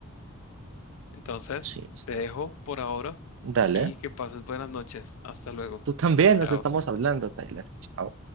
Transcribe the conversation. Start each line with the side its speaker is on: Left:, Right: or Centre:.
Left: Entonces,
Right: Sí, está.
Left: te dejo por ahora
Right: Dale.
Left: y que pases buenas noches. Hasta luego.
Right: Tú también,
Left: Chao.
Right: nos estamos hablando, Tyler. Chao.